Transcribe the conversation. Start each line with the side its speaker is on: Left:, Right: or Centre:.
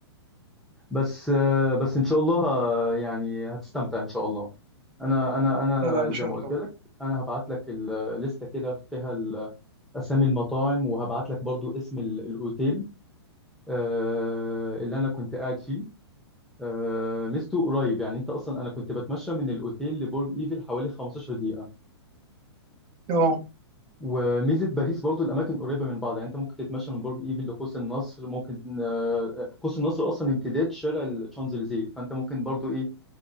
Centre: بس آه، بس ان شاء الله آه، يعني هتستمتع ان شاء الله انا انا انا
Right: لا لا ان
Centre: زي
Right: شاء
Centre: ما
Right: الله
Centre: قلت لك انا هبعت لك الليسته كده فيها اسامي المطاعم وهبعت لك برضو اسم ال- الاوتيل آه، اللي انا كنت قاعد فيه آه، ميزته قريب يعني انت اصلا انا كنت بتمشى من الاوتيل لبرج ايفل حوالي 15 دقيقة
Right: اه
Centre: وميزة باريس برضو الاماكن قريبة من بعض يعني انت ممكن تتمشى من برج ايفل لقوس النصر ممكن آه، قوس النصر اصلا امتداد شارع الشانزليزيه فانت ممكن برضو ايه